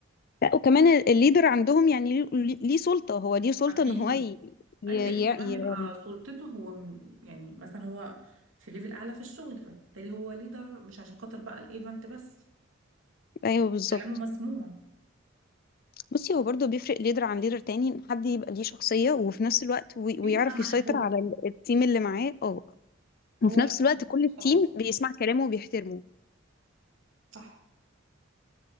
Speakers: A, on the left (about 45°); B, on the right (about 70°).
A: لا وكمان ال- الليدر عندهم يعني ليه ليه سلطة هو ليه سلطة
B: اكيد
A: ان هو ي... ي...
B: ايوه
A: ي...
B: لان كمان
A: ي...
B: بيبقى سلطته هو من... يعني مثلا هو في ليفل اعلى في الشغل فبالتالي هو ليدر مش عشان خاطر بقى الايفنت بس
A: ايوه بالظبط
B: كلامه مسموع
A: بصي هو برضه بيفرق ليدر عن ليدر تاني ان حد يبقى ليه شخصية وفي نفس الوقت وي... ويعرف
B: بيبقى محبوب
A: يسيطر على ال- التيم اللي معاه اه وفي
B: هو لو
A: نفس الوقت
B: محبوب
A: كل التيم
B: خلاص
A: بيسمع كلامه وبيحترمه
B: صح